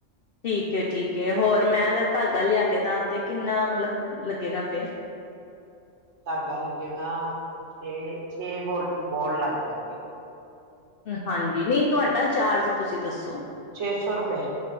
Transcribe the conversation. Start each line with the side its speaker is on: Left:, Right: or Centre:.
Left: ਠੀਕ ਹੈ, ਠੀਕ ਹੈ, ਹੋਰ ਮੈਂ ਅਗਰ ਧਾਗਾ ਲਿਆ ਕੇ ਦਾਂ ਤੇ ਕਿੰਨਾ ਮਤਲਬ ਲੱਗੇਗਾ ਫੇਰ?
Right: ਧਾਗਾ ਲੱਗੇਗਾ ਛੇ-ਛੇ ਬੋ-ਬੋਲ ਲੱਗ ਜਾਣਗੇ।
Left: ਹਾਂਜੀ, ਨਹੀਂ ਤੁਹਾਡਾ ਚਾਰਜ ਤੁਸੀਂ ਦੱਸੋ।
Right: ਛੇ ਸੌ ਰੁਪਏ।